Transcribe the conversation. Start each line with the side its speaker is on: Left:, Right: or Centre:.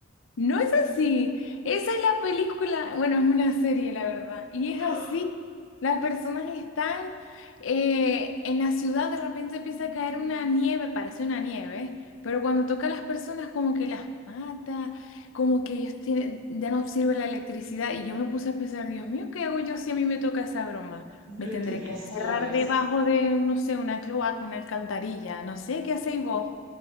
Left: No es así. Esa es la película, bueno, es una serie, la verdad. Y es
Right: No.
Left: así. Las personas están eh, en la ciudad, de repente empieza a caer una nieve, parece una nieve, pero cuando toca a las personas como que las mata, como que ellos tienen, ya no sirve la electricidad. Y yo me puse a pensar, Dios mío, ¿qué hago yo si a mí me toca esa broma?
Right: Hombre,
Left: Me tendré
Right: ¿Qué harías
Left: que encerrar
Right: tú? A ver,
Left: debajo de, no sé, una cloaca, una alcantarilla, no sé, ¿qué hacéis vos?